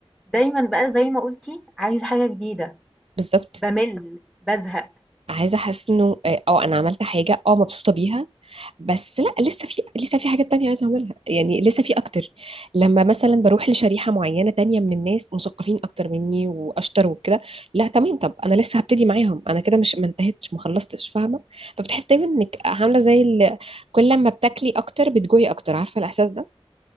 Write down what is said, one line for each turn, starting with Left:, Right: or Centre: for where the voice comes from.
Centre: دايمًا بقى زي ما قُلتِ عايزة حاجة جديدة،
Right: بالظبط
Centre: بامِل، بازهق،
Right: عايزه احس انه اه آه، انا عملت حاجه اه مبسوطه بيها بس لا لسه في لسه في حاجات تانية عايزه اعملها يعني لسه في اكتر لما مثلا بروح لشريحه معينه تانية من الناس مثقفين اكتر مني واشطر وكده لا تمام طب انا لسه هبتدي معاهم انا كده مش ما انتهتش ما خلصتش فاهمه فبتحس دايما انك عامله زي ال... كل لما بتاكلي اكتر بتجوعي اكتر عارفه الاحساس